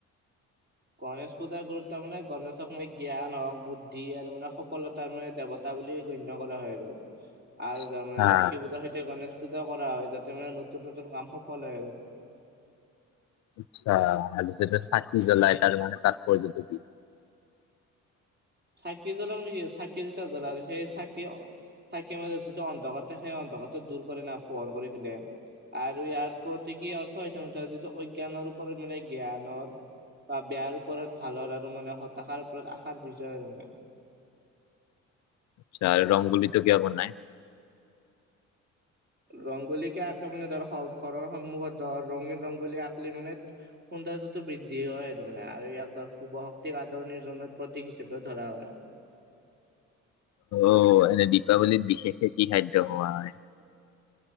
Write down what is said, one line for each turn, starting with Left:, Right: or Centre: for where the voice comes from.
Right: গণেশ পূজাৰ গুৰুত্ব মানে গণেশক মানে জ্ঞান হওক বুদ্ধি আৰু মানে সফলতাৰ মানে দেৱতা তটা বুলি গণ্য কৰা হয় আৰু
Left: <inaudible>
Right: আৰু তাৰমানে
Left: হা
Right: লক্ষী পূজাৰ সৈতে গণেশ পূজাও কৰা হয় যাতে মানে নতুন নতুন কাম সফল হয় আৰু
Left: আচ্ছা আৰু চাকি জ্বলাই তাৰ মানে তাৎপৰ্যটো কি
Right: চাকি জ্বলা মানে কি চাকি যেতি জ্বল আৰু সেই চাকি চাইকেল মাজ যিটো অন্ধকাৰে সেই অন্ধকাৰটো দূৰ কৰে ন পোহৰ কৰি দিলে আৰু ইয়াৰ প্ৰতিক অৰ্থ হৈছে তাৰ যিটো অজ্ঞানৰ ওপৰত মানে জ্ঞানৰ বা বেয়াৰ ওপৰত ভালৰ আৰু মানে হতাশাৰ ওপৰত আশাৰ বিজয় আৰু মানে
Left: আছ আৰু ৰং গুলিতটো কিন নাই
Right: ৰংগোলীিকে আঁকে মানে ধৰ ঘৰৰ সন্মুখত ধৰ ৰঙীন ৰংগলী আঁককলি মানে সৌন্দৰ্যটো বৃদ্ধি হয় আৰু মানে আৰু ইয়াক ধৰ শুভ শক্তিক আদৰণি জন প্ৰতীক হিচাপে ধৰা হয়
Left: অ এনে দীপাৱলীত বিশেষকে কি খাদ্য হোৱা হয়